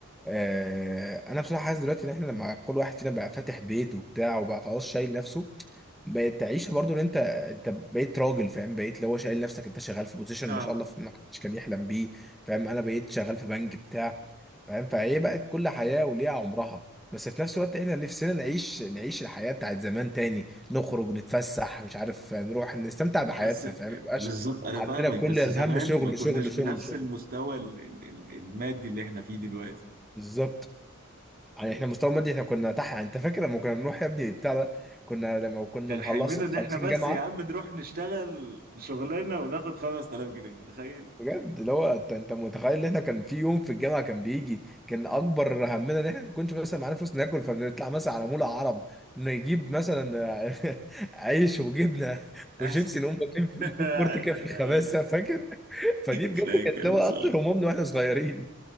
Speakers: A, in the centre; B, on the right.
A: آه، انا بصراحه حاسس دلوقتي ان احنا لما كل واحد فينا بقى فاتح بيت وبتاع وبقى خلاص شايل نفسه بقت تعيشه برضو ان انت انت بقيت راجل فاهم بقيت اللي هو شايل نفسك انت شغال في بوزيشن
B: فاهمك
A: ما شاء الله في- ما حدش كان يحلم بيه فاهم انا بقيت شغال في بنك بتاع فاهم فهي بقت كل حياه وليها عمرها بس في نفس الوقت احنا نفسنا نعيش نعيش الحياه بتاعت زمان تاني نخرج نتفسح مش عارف نروح نستمتع بحياتنا
B: بس
A: فاهم ما يبقاش
B: بالظبط انا
A: عندنا
B: فاهمك
A: كل
B: بس
A: الهم
B: زمان
A: شغل
B: ما كناش
A: شغل
B: بنفس
A: شغل شغل
B: المستوى ال- ال- ال- المادي اللي احنا فيه دلوقتي
A: بالظبط يعني
B: ايوه
A: احنا مستوى مادي احنا كنا تحت يعني انت فاكر لما كنا بنروح يا ابني بتاع ده كنا لما كنا
B: كان
A: مخلص
B: حلمنا ان احنا
A: مخلصين
B: بس
A: جامعه
B: يا عم نروح نشتغل شغلانة وناخد 5000 جنيه متخيل
A: بجد اللي هو انت انت متخيل ان احنا كان في يوم في الجامعه كان بيجي كان اكبر همنا ان احنا ما كناش مثلا معانا فلوس ناكل فبنطلع مثلا على مول عرب نجيب مثلا <laughs> عيش وجبنه وشيبسي
B: <laughs>
A: نقوم واكلين في الفود
B: ايوه
A: كورت كده في الخباثه
B: ايوه
A: فاكر <laughs> فدي بجد
B: فاكر
A: كانت اللي هو
B: بصراحة
A: اكتر همومنا واحنا صغيرين